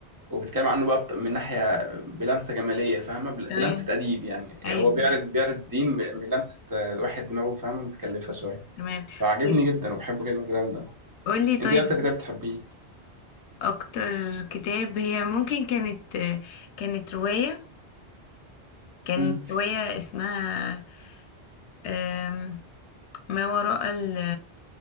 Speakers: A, on the right; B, on the left.
A: وبيتكلم عنه بقى بط- من ناحيه بلمسه جماليه فاهمه بل-
B: تمام
A: بلمسه اديب يعني
B: ايوه
A: هو بيعرض بيعرض الدين ب- بلمسه آه، واحد دماغه فاهمه متكلفه شويه
B: تمام
A: فعجبني
B: قول-
A: جدا وبحب جدا الكلام ده
B: قولي طيب
A: انت ايه اكتر كتاب بتحبيه
B: اكتر كتاب هي ممكن كانت كانت رواية كانت
A: امم
B: رواية اسمها أم، ما وراء ال...